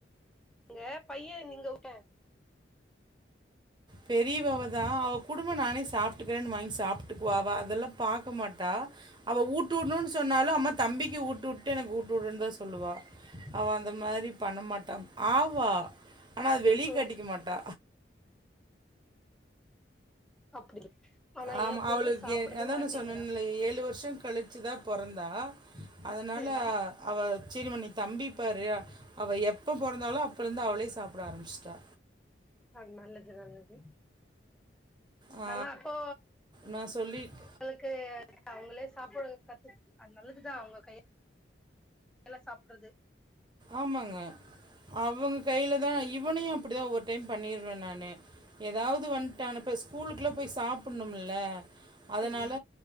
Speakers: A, in the centre; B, on the right.
A: க பைய நீங்க ஊட்ட
B: பெரியவ அவதா அவ குடும்மா நானே சாப்ட்டுக்குறேன்னு வாங்கி சாப்ட்டுக்குவா அவ அதெல்லா பாக்க மாட்டா அவ ஊட்டு விட்ணுனு சொன்னாலு அம்மா தம்பிக்கு ஊட்டு வுட்டு எனக்கு ஊட்டு வுடுனுதா சொல்லுவா அவ அந் த மாரி பண்ணமாட்ட ஆவா ஆனா அத வெளிய
A: ம்
B: காட்டிக்க மாட்டா
A: அப்டி ஆனா
B: ஆமா
A: எ பொண்ணு
B: அவளுக்கு
A: சாப்டவே
B: அதா
A: மாட்டேங்கிறா
B: நா சொன்னேனில்ல ஏழு வருஷோ கழிச்சுதா பொறந் தா அதனால
A: செரி
B: அவ செரிமா நீ தம்பிப்பாரு அவ எப்ப பொறந்தாலோ அப்பொலந்து அவளே சாப்ட ஆரம்பிச்ட்டா
A: அது நல்லது நல்ல து
B: ஆ
A: ஆனா அப்போ
B: நா சொல்லிட்
A: உங்களுக்கு அவங்களே சாப்புடு கத்து அது நல்லதுதா அவங்க கை யால சாப்ட்றது
B: ஆமாங்க அவங்க கைல தா இவனையு அப்டிதா ஒவ்வொரு டைம் பண்ணிருவே நானு ஏதாவது வன்ட்டான் இப்ப ஸ்கூலுக்குல்லா போய் சாப்புட்ணும் இல்ல அதனால
A: செரி